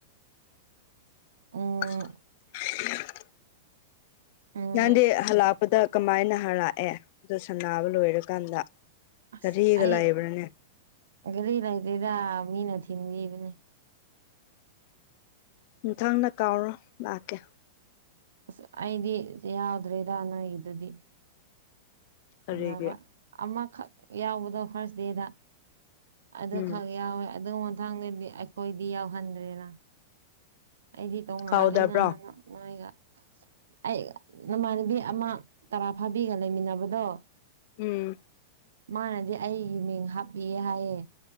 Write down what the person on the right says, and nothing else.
ꯎꯝ
ꯎꯝ
ꯑꯁ
ꯑꯩ
ꯒꯥꯔꯤ ꯂꯩꯇꯦꯗ ꯃꯤꯅ ꯊꯤꯟꯕꯤꯕꯅꯦ
ꯑꯁ ꯑꯩꯗꯤ ꯌꯥꯎꯗ꯭ꯔꯦꯗ ꯅꯣꯏꯒꯤꯗꯨꯗꯤ
ꯑꯅꯕ ꯑꯃꯈꯛ ꯌꯥꯎꯕꯗꯣ ꯐꯥꯔꯁ ꯗꯦꯗ ꯑꯗꯨ
ꯈꯛ ꯌꯥꯎꯋꯦ ꯑꯗꯨ ꯃꯊꯪꯗꯗꯤ ꯑꯩꯈꯣꯏꯗꯤ ꯌꯥꯎꯍꯟꯗ꯭ꯔꯦꯅ ꯑꯩꯗꯤ ꯇꯣꯡꯉꯥꯜꯂꯦꯅ
ꯅꯣꯏꯒ ꯑꯩ ꯅꯃꯥꯟꯅꯕꯤ ꯑꯃ ꯇꯔꯥ ꯐꯥꯕꯤꯒ ꯂꯩꯃꯤꯟꯅꯕꯗꯣ
ꯃꯥꯅꯗꯤ ꯑꯩꯒꯤ ꯃꯤꯡ ꯍꯥꯞꯄꯤꯌꯦ ꯍꯥꯏꯌꯦ